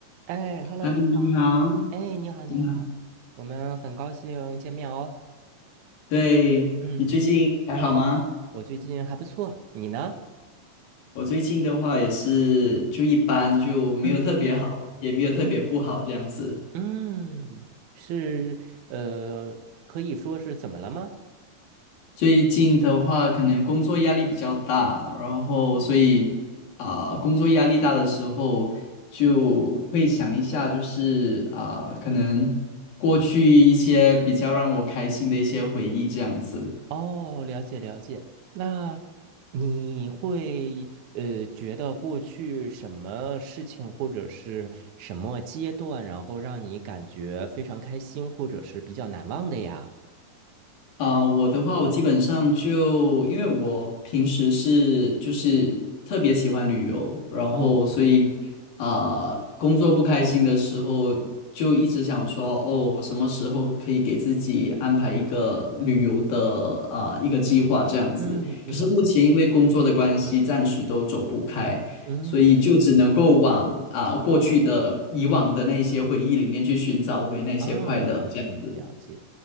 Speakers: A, on the right; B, on the left.
A: 哎，Hello，
B: 哈嗨，
A: 你好。
B: 你好，
A: 哎，你好，你好，
B: 你好。
A: 我们很高兴见面哦。
B: 对，
A: 嗯，
B: 你最近还好吗？
A: 我最近还不错，你呢？
B: 我最近的话也是就一般，就没有特别好，
A: 嗯嗯
B: 也没有特别不好这样子。
A: 嗯嗯，是呃，可以说是怎么了吗？
B: 最近的话，可能工作压力比较大，然后所以啊、
A: 哦
B: 工作压力大的时候，就会想一下，就是啊、可能过去一些比较让我开心的一些回忆这样子。
A: 哦，了解了解。那你会呃觉得过去什么事情或者是什么阶段，然后让你感觉非常开心，或者是比较难忘的呀？
B: 啊、我的话，我基本上就因为我平时是就是特别喜欢旅游，然后所以啊，
A: 哦，
B: 呃工作不开心的时候，就一直想说，哦，什么时候可以给自己安排一个旅游的啊、一个计划这样子。
A: 嗯嗯嗯。
B: 可是目前因为工作的关系，暂时都走不开，
A: 嗯
B: 所以就只能够往啊、过去的以往的那些回忆里面去寻找回那些快乐这样子。
A: 啊，了解了解。